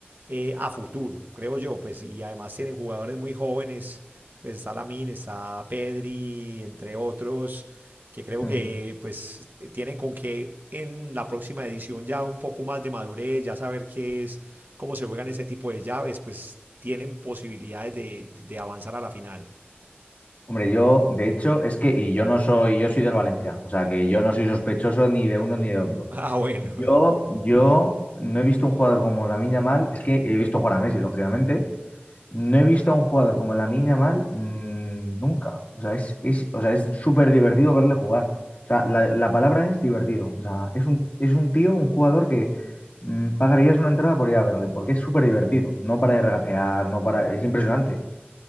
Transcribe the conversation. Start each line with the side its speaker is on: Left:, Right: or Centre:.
Right: eh, a futuro, creo yo, pues y además tienen jugadores muy jóvenes, pues está Lamine, está Pedri, entre otros que creo
Left: Mm.
Right: que pues tienen con que en la próxima edición ya un poco más de madurez, ya saber qué es, cómo se juegan ese tipo de llaves, pues tienen posibilidades de, de avanzar a la final. <laughs>
Left: Hombre, yo, de hecho, es que, y yo no soy, yo soy del Valencia, o sea que yo no soy sospechoso ni de uno ni de otro.
Right: Ah, bueno.
Left: Yo, yo no he visto un jugador como Lamine Yamal, es que he visto jugar a Messi, lógicamente, No he visto a un jugador como la Yamal mm, nunca. O sea, es, es, o sea, es súper divertido verle jugar. O sea, la, la palabra es divertido. O sea, es un, es un tío, un jugador que mm, pagarías una entrada por ir a verle, porque es súper divertido. No para de regatear, no para... Es impresionante.